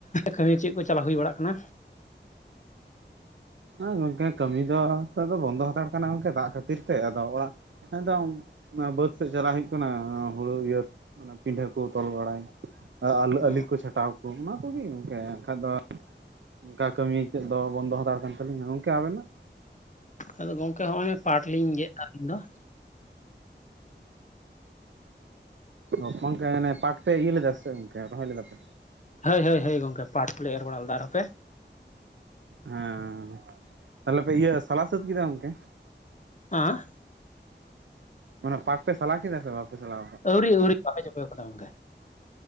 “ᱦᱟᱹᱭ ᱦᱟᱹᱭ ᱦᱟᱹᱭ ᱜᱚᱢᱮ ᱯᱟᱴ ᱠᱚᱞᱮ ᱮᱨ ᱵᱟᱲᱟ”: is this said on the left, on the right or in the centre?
Left